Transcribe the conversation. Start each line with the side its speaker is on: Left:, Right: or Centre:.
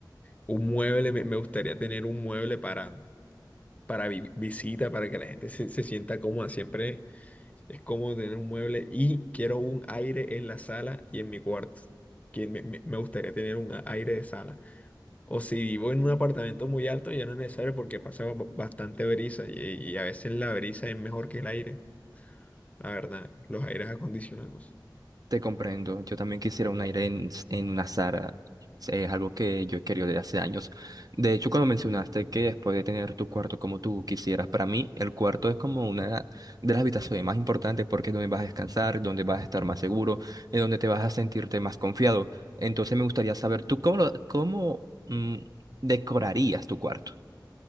Left: un mueble, me, me gustaría tener un mueble para, para vi- visita, para que la gente se, se sienta cómoda siempre. Es como tener un mueble y quiero un aire en la sala y en mi cuarto. Que me, me- me gustaría tener un a- aire de sala. O si vivo en un apartamento muy alto, ya no es necesario porque pasa ba- bastante brisa y, y a veces la brisa es mejor que el aire. La verdad, los aires acondicionados.
Right: Te comprendo. Yo también quisiera un aire en, en una Zara. Es algo que yo he querido desde hace años. De hecho, cuando mencionaste que después de tener tu cuarto como tú quisieras, para mí el cuarto es como una de las habitaciones más importantes porque es donde vas a descansar, donde vas a estar más seguro, es donde te vas a sentirte más confiado. Entonces me gustaría saber tú cómo, lo- cómo mm, decorarías tu cuarto.